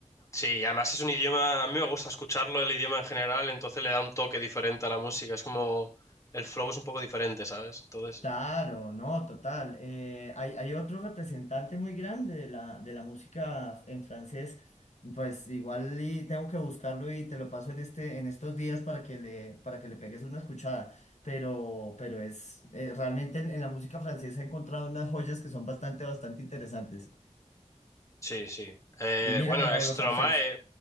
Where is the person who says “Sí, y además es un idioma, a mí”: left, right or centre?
Left